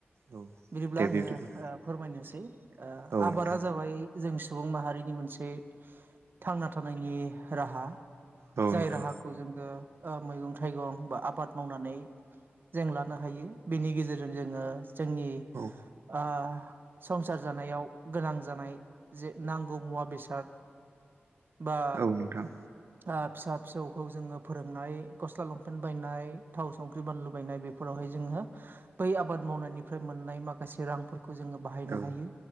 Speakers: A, on the right; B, on the right.
A: औ
B: बिदिब्ला
A: दे
B: आङो
A: बिब्दिब्ला
B: फोरमायनो। सै
A: औ
B: आबादा
A: नोंथां
B: जाबाय जों सुबुं माहारिनि मोनसे। थांना थानायनि राहा
A: औ
B: जाय
A: नोंथां
B: राहाखौ जोङो। ओ मैगं थाइगं बा आबाद मावनानै जों लानो हायो बेनि गेजेरजों जोङो। जोंनि
A: औ
B: ओ संसार जानायाव। गोनां जानाय जे नांगौ मुवा बेसाद। बा
A: औ नोंथां।
B: ओ फिसा फिसौखौ जोङो फोरोंनाय गस्ला लंपेन्ट बायनाय थाव संख्रि बानलु बायनाय बेफोराव। जोंङो बै आबाद मावनायनिफ्राय मोननाय माखासे रांफोर। खौ जोङो बाहायनो
A: औ
B: हायो